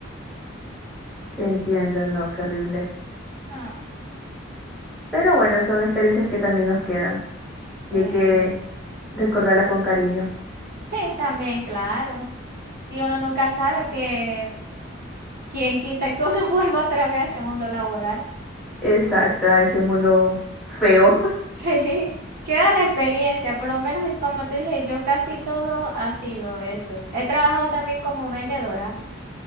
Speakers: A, in the centre; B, on the right.
A: Te entiendo, no, qué horrible.
B: Ah,
A: Pero bueno, son experiencias que también nos quedan y
B: eh,
A: hay que recordarlas con cariño.
B: Sí, también, claro. Y uno nunca sabe que quién quita que uno <laughs> vuelva otra vez al segundo laboral. <laughs>
A: Exacto, a ese mundo feo.
B: Sí, queda la experiencia, por lo menos y como te dije, yo casi todo ha sido eso. He trabajado también como vendedora.